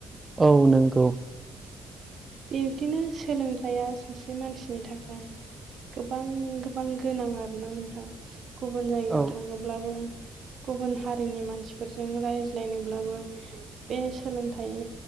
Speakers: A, on the right; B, on the right.
A: औ नोंगौ।
B: बिदिनो सोलोंथाइया सासे सासे मानसिनि थाखाय गोबां गोबां गोनां आरो ना नोंथां? गुबुन जायगायाव
A: औ
B: थाङोब्लाबो गुबुन हारिनि मानसिफोरजों रायज्लायनोब्लाबो बे सोलोंथाइ